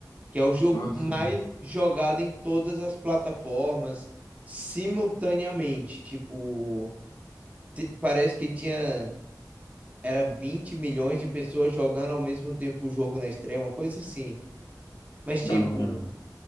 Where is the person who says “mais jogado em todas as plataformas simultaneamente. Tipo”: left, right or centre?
Right